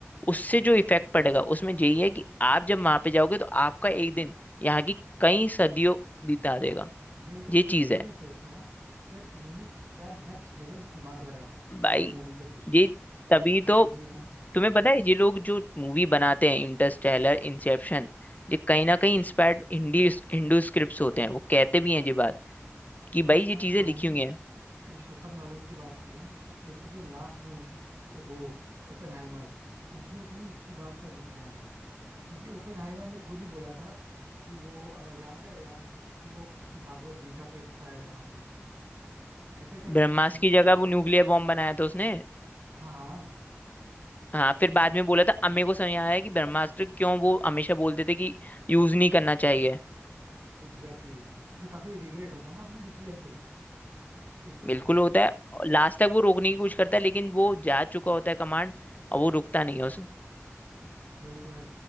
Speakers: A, on the left; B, on the right.
A: उससे जो इफेक्ट पड़ेगा उसमें यही है कि आप जब वहां पे जाओगे तो आपका एक दिन यहाँ की कई सदियों बिता देगा
B: यही मतलब
A: ये चीज
B: यही
A: है
B: मैं सोचता हूँ कि यार उन्होंने क्या नेक्स्ट लेवल दिमाग लगाया था
A: भाई
B: उस मूवी के पीछे
A: ये
B: मतलब
A: तभी तो
B: यही है ना
A: तुम्हें पता है ये लोग जो मूवी बनाते हैं इंटरस्टेलर इंसेप्शन ये कहीं ना कहीं इंस्पायर्ड हिंदी हिंदू स्क्रिप्ट्स होते हैं वो कहते भी हैं ये बात कि
B: इनफैक्ट
A: भाई ये चीजें
B: भाई
A: लिखी हुई हैं
B: क्रिस्टोफर नॉलन की बात करें तो इसकी जो लास्ट मूवी थी ए, वो ओपेनहाइमर उसमें भी इसी बात का जिक्र है क्योंकि ओपेनहाइमर ने खुद ही बोला था कि वो अ, याद है यार कि वो किसी भागवत गीता से इंस्पायर्ड है काफी ऐसे ऐसे
A: ब्रह्मास्त्र
B: कुछ उसने
A: की जगह
B: उसकी
A: वो न्यूक्लियर बॉम्ब बनाया था उसने
B: हाँ हाँ
A: हाँ फिर बाद में बोला था अम्मे को समझ आया कि ब्रह्मास्त्र क्यों वो हमेशा बोलते थे कि यूज नहीं करना चाहिए
B: Exactly exactly. उसे काफी रिग्रेट होता है ना अपने डिसीजन पे इस वजह
A: बिल्कुल
B: से
A: होता है लास्ट तक वो रोकने की कोशिश करता है लेकिन वो जा चुका होता है कमांड और वो रुकता नहीं है उस
B: यही तो है